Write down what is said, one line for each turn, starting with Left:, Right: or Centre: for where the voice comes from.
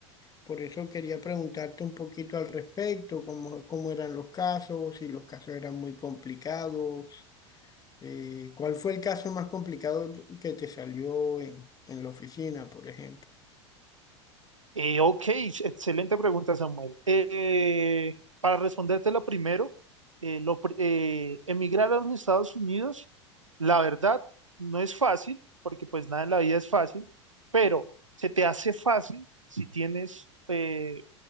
Left: Por eso quería preguntarte un poquito al respecto, cómo, cómo eran los casos, si los casos eran muy complicados. eh, ¿cuál fue el caso más complicado que te salió en, en la oficina, por ejemplo?
Right: Eh, ok, excelente pregunta, Samuel. Eh, para respondértelo primero, eh, lo pri- eh, emigrar a los Estados Unidos, la verdad, no es fácil, porque pues nada en la vida es fácil, pero se te hace fácil si tienes eh,